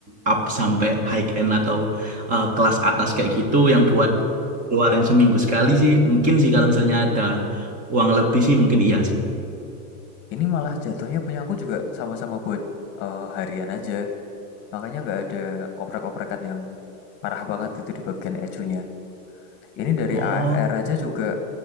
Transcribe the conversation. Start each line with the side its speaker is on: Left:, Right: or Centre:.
Right: up sampai high end atau eh, kelas atas kayak gitu
Left: Hmm.
Right: yang buat
Left: hmm.
Right: keluarin seminggu sekali sih mungkin sih kalau misalnya ada uang lebih sih mungkin iya sih.
Left: Ini malah jatuhnya punya aku juga sama-sama buat eh, harian aja. Makanya nggak ada oprek-oprekan yang parah banget gitu di bagian ecunya. Ini dari
Right: Oh,
Left: AFR aja juga